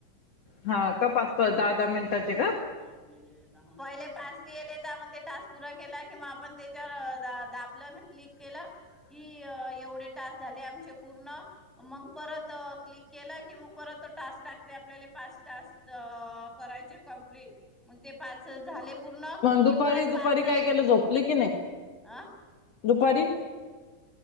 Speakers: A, on the left; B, in the centre.
A: हा का पाच पाच दहा दहा मिनिटाचे का?
B: पाच दिएलत तर, पहिले पाच लिहेलए, त्यामध्ये टास् पूरा केलाय की आपण <unintelligible> त्याच्यावर द क्लिक केलं की एवढे टास्क झाले, आमचे पूर्ण मग परत क्लिक केल की मग परत टास्क टाकते, आपल्या पाच टास्क करायचे. मग ते पाच झाले पूर्ण
A: मग दुपारी
B: कि परत पाचच
A: दुपारी
B: येते.
A: काय केलं झोपली की नाही
B: आ?
A: दुपारी.